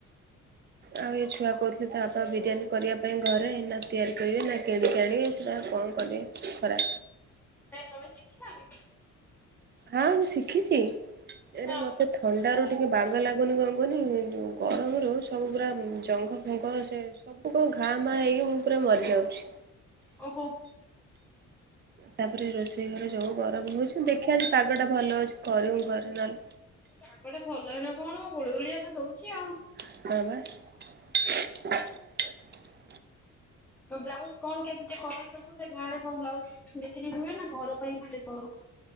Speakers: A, on the right (about 35°); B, in the centre.
A: ଆଉ ଏ ଛୁଆ କହୁଥିଲେ ତା ବାପା ବିରିୟାନୀ କରିବା ପାଇଁ ଘରେ ନା ତିଆରି କରିବେ ନା କିଣିକି ଆଣିବେ ସେଇଟା ଆ କଣ କରିବେ ଖରା
B: କାଇଁ ତମେ ଶିଖିନ କି?
A: ହଁ ମୁଁ ଶିଖିଛି। <unintelligible>
B: ହଁ
A: ମତେ ଥଣ୍ଡାରୁ ଟିକେ ବାଗ ଲାଗୁନି କଣ କହିଲୁ ଗରମରୁ ସବୁ ପୁରା ଜଙ୍ଘଫଙ୍ଗ ସେ ସବୁ କଣ ଘାଁମାାଁ ହେଇକି ମୁଁ ପୁରା ମରିଯାଉଛି।
B: ଓହୋଃ।
A: ତାପରେ ରୋଷେଇଘର ଯୋଉ ଗରମ ହଉଛି ଦେଖିବା ଆଜି ପାଗଟା ଭଲ ଅଛି କରିବୁ ଘର୍ ନଲ୍
B: ପାଗଟା ଭଲ ହେଇନା କଣ ଗୁଳୁଗୁଳିଆ ତ ଦଉଛି ଆଉ
A: ହଁ ପା।
B: ତ ବ୍ଲାଉଜ କଣ କେମିତି କର ସବୁ ସେ ଗାଁ ରେ କଣ ବ୍ଲାଉଜ ବିକ୍ରି ହୁଏ ନା ଘର ପାଇଁ ଖାଲି କରୁ?